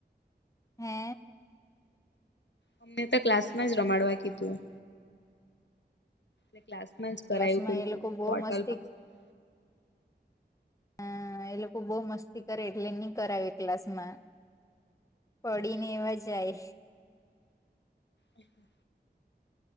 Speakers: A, on the left; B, on the left.
A: છે?
B: અમને તો ક્લાસમાં કહ્યું. એ ક્લાસમાં જ કરાયું,
A: ક્લાસમાં
B: પેલું
A: એ લોકો બહુ
B: કર્ટલ
A: મસ્તી
B: પાસ કર.
A: હા, એ લોકો બહુ મસ્તી કરે એટલે નહીં કરાવે ક્લાસ મા. પડીને એવા જાય.
B: હમ.